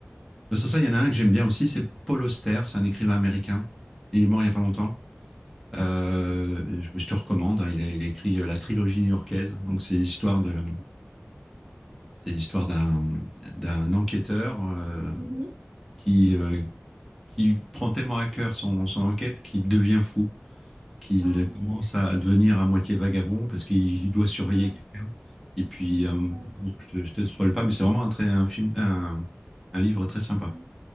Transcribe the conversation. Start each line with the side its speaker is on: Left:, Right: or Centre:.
Centre: Sans ça, il y en a un que j'aime bien aussi, c'est Paul Auster, c'est un écrivain américain. Il est mort il y a pas longtemps. Euh, je, je te recommande. hein, Il a, il a écrit euh, la trilogie new-yorkaise, donc c'est l'histoire de C'est l'histoire d'un, d'un enquêteur euh,
Right: Mhm.
Centre: qui, euh, qui prend tellement à cœur son, son enquête qu'il devient fou, qu'il
Right: Ah,
Centre: commence
Right: ok.
Centre: à devenir à moitié vagabond parce qu'il doit surveiller
Right: Ouais,
Centre: quelqu'un. Et puis, euh, bon,
Right: ouais,
Centre: je te, je te spoil pas, mais c'est vraiment un, très, un, film, un, un livre très sympa.
Right: ouais.